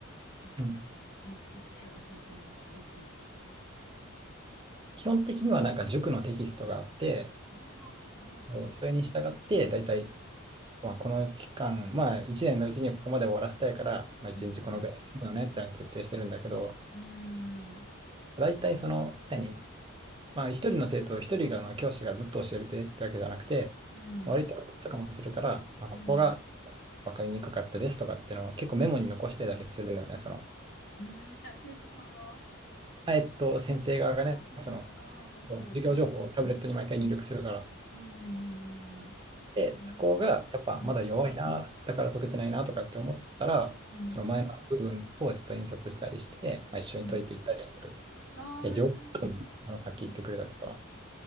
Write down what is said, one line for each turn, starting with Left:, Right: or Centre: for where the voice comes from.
Left: なんか
Right: うん。
Left: 見つけて教えてるのか、どっちなの
Right: 基本的にはなんか塾のテキストがあって、
Left: ああなるほど。
Right: もうそれに従って、だいたい、まあ、この期間、まあ1年のうちにここまで終わらせたいから、まあ1日このぐらい進むよねってのに設定してるんだけど、
Left: うん。うん。うん。
Right: だいたいその、何、まあ、一人の生徒、一人があの教師がずっと教えてってわけじゃなくて、
Left: うん。
Right: 割ととかもするから、まあ、
Left: うん。
Right: ここが分かりにくかったですとかっていうのを結構メモに残してたりするんだよね。その、
Left: うんあ、生徒さんが
Right: あえっと、先生側がね、
Left: あ、先生が、
Right: その、
Left: ああ、なるほど。
Right: もう授業情報をタブレットに毎回入力するから。
Left: うんうんうん
Right: で、
Left: うん
Right: そこがやっぱまだ弱いな、
Left: うん。
Right: だから解けてないなとかって思ったら、
Left: うん
Right: その前の部分をちょっと印刷したりして、まあ、一緒に解いていったりはする。
Left: うんうん。ああー、
Right: いや、両方
Left: えー、
Right: あのさっき言ってくれたことは。
Left: うん。